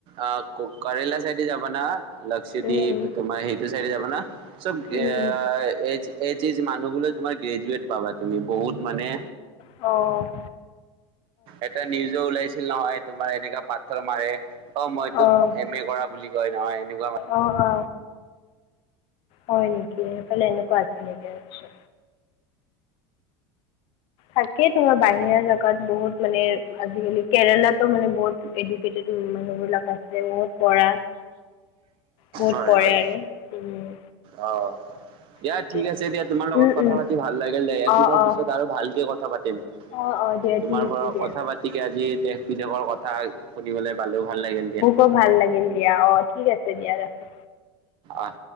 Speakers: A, on the right; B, on the left.
A: অ কৰেলা চাইডে যাব না লক্ষদ্বীপ
B: উম, উম,
A: তোমাৰ সেইটো চাইডে যাব না? চব
B: উম,
A: এ
B: উম,
A: এজ এজ এজ মানুহ বোৰো তোমাৰ গ্ৰেজুৱট পাবা তুমি বহুত মানে
B: অঁ।
A: এটা নিউজ ও ওলাইছিল নহয় তোমাৰ এনেকা পাথৰ মাৰে অ মই তো
B: অ',
A: এম এ কৰা বুলি কয় নহয় এনেকুৱা মানে।
B: অ অ। হয় নেকি সেইফালে এনেকুৱা আছে নেকি আটচা। থাকেই তো বাহিৰা জেগাত বহুত মানে আজিকালি কেৰেলাতো মানে বহুত এডুকেটেতু মানুহ বিলাক আছে বহুত পঢ়া। বহুত
A: হয়
B: পৰে
A: হয়
B: আৰু। উম,
A: অ'। দিয়া
B: তাকে।
A: ঠিক আছে দিয়া তোমাৰ লগত
B: উম,
A: কথা
B: উম,
A: পাতি ভাল লাগিল দেয় ইয়াৰ
B: অ',
A: বিশৰ
B: অ',
A: পিছত আৰু ভালকে কথা পাতিম।
B: অ', অ', দিয়া
A: তোমাৰ
B: ঠিক আছে
A: পৰা
B: দিয়া।
A: কথা পাতিকে আজি দেশ-বিদেশৰ কথা শুনিবলৈ পালো, ভাল লাগিল দিয়া।
B: আ ভাল লাগিল দিয়া, অ' ঠিক আছে দিয়া ৰাখো।
A: আহ।